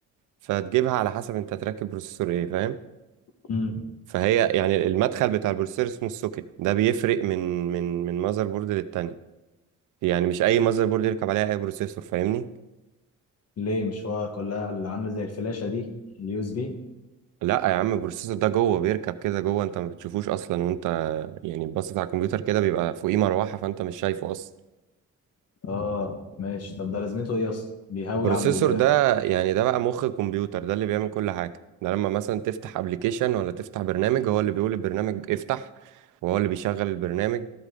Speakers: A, on the right; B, on the left.
A: فتجيبها على حسب انت هتركب بروسيسور ايه فاهم
B: مم.
A: فهي يعني المدخل بتاع البروسيسور اسمه السوكت ده بيفرق من من من مذر بورد للتانية يعني مش اي مذر بورد يركب عليها اي بروسيسور فاهمني
B: ليه مش هو كلها اللي عاملة زي الفلاشة دي اليو اس بي
A: لا يا عم البروسيسور ده جوه بيركب كده جوه انت ما بتشوفوش اصلا وانت يعني باصص على الكمبيوتر كده بيبقى فوقيه مروحه فانت مش شايفه اصلا
B: اه ماشي طب ده لازمته ايه اصلا بيهوي
A: البروسيسور
B: على ال...
A: ده يعني ده بقى مخ الكمبيوتر ده اللي بيعمل كل حاجه ده لما مثلا تفتح ابلكيشن ولا تفتح برنامج هو اللي بيقول البرنامج افتح وهو اللي بيشغل البرنامج